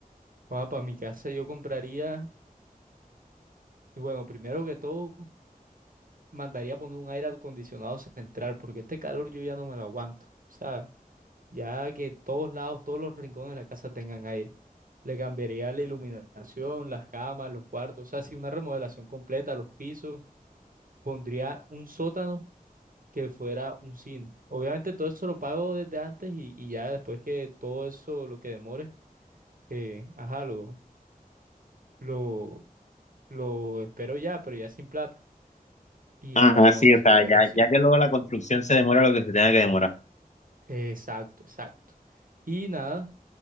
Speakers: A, on the right (about 65°); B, on the left (about 50°).
A: para mi casa yo compraría, y bueno, primero que todo, mandaría poner un aire acondicionado central, porque este calor yo ya no me lo aguanto. O sea, ya que todos lados, todos los rincones de la casa tengan aire. Le cambiaría la iluminación, las camas, los cuartos, o sea, sí, una remodelación completa, los pisos pondría un sótano que fuera un cine. Obviamente todo eso lo pago desde antes y, y ya después que todo eso, lo que demore, eh, ajá, lo, lo, lo espero ya, pero ya sin plata. Y
B: Ajá,
A: no,
B: sí,
A: no, sí,
B: o sea,
A: yo haría
B: ya,
A: así.
B: ya que luego la construcción se demora lo que se tenga que demorar.
A: Exacto, exacto. Y nada,